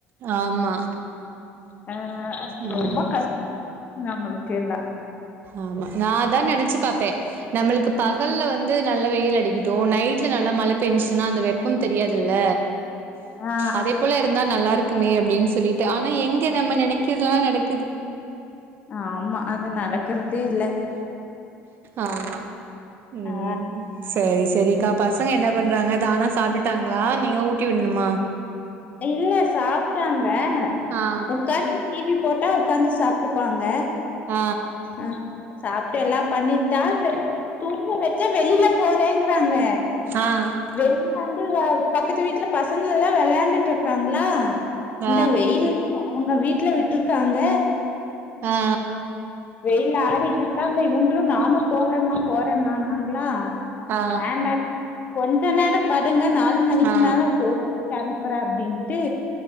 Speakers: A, on the right; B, on the left.
A: ஆமா
B: ஆ
A: ம்
B: ரொம்ப கஷ் <inaudible> நம்ளுக்கு எல்லா
A: ஆமா நா அதா நெனைச்சு பாப்பே நம்மளுக்கு பகல்ல வந் து நல்ல வெயில் அடிக்கட்டு நைட்ல நல்லா மழ பெஞ்சிச்சுனா அந்த வெப்பம் தெரியாதுல்ல
B: ஆ
A: அதே போல இருந்தா நல்லாருக்குமே அப்டினு சொல்லிட்டு ஆனா எங்க நம்ம நெனைக்கறதுல்லா நடக்குது
B: ஆமா அது நடக்குறதே இல்ல
A: ஆமா ம்
B: ஆ
A: சேரி சரிக்கா பசங்க என்ன பண்றாங்க தானா சாப்டுட்டாங்களா நீங்க ஊட்டி விடணுமா
B: இல்ல சாப்ட்டாங்க
A: ஆ
B: உக்காந்து டிவி போட்டா உகாந்து சாப்ட்டுப்பாங்க
A: ஆ
B: அ சாப்ட்டு எல்லா பண்ணிட்டா சரி தூங்க வச்சா வெளில போறேங்கிறாங்க
A: ஆ
B: வேணா வந்து பக்கத்து வீட்டுல பசங்க எல்லா விளையாண்டுட்டு இருக்காங்களா
A: ஆ
B: இந்த வெயில்தா அவுங்க வீட்டுல விட்டுருக்காங்க
A: ஆ
B: வெயில ஆடிட்டு இருக்காங்க இவுங்களு நானு போறம்மா போறம்மான்னா நாங்களா
A: ஆ
B: வேண்டாட் கொஞ்ச நேர படுங்க நாலு மணிக்கு
A: ஆ
B: மேல கோ அனுப்பற அப்டின்ட்டு